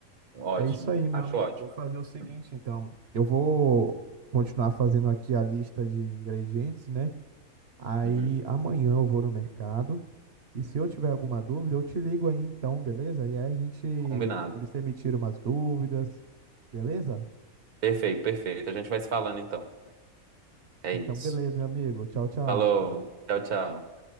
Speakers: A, on the right; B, on the right.
A: Ótimo,
B: É isso aí, meu
A: acho
B: amigo.
A: ótimo.
B: Vou fazer o seguinte,
A: Hum.
B: então. Eu vou continuar fazendo aqui a lista de ingredientes, né? Aí
A: Uhum.
B: amanhã eu vou no mercado. E se eu tiver alguma dúvida, eu te ligo aí então, beleza? E aí a gente,
A: Combinado.
B: você me tira umas dúvidas, beleza?
A: Perfeito, perfeito. A gente vai se falando então. É
B: Então,
A: isso.
B: beleza, meu amigo. Tchau, tchau.
A: Falou, tchau, tchau.